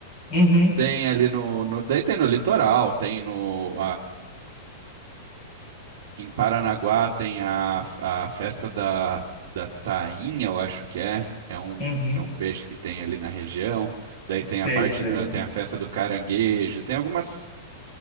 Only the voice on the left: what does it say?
Uhum,
uhum,
sei,
sei.